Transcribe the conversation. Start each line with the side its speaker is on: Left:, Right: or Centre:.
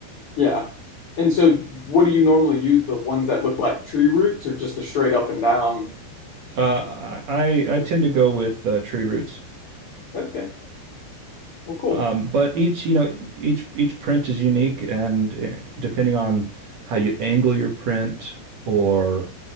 Left: Yeah. And so what do you normally use? The ones that look like tree roots or just the straight up and down?
Right: Uh, I I tend to go with uh, tree roots.
Left: Okay. Well, cool.
Right: Um, but each, you know, each each print is unique, and uh, depending on how you angle your print or